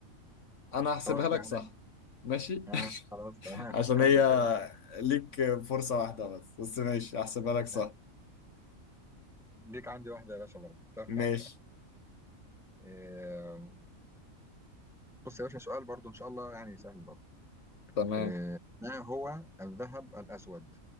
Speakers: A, on the left; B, in the centre.
A: انا هحسبها
B: خلاص دي
A: لك
B: عليا
A: صح ماشي
B: آه خلاص
A: <laughs>
B: تمام
A: عشان
B: كتر
A: هي
B: خيرك كده
A: ليك فرصة واحدة بس بس ماشي هحسبها لك صح
B: آه. ليك عندي واحدة يا باشا برضه تمام
A: ماشي
B: آه، بص يا باشا سؤال برضه إن شاء الله يعني سهل برضه
A: تمام
B: آه، ما هو الذهب الأسود؟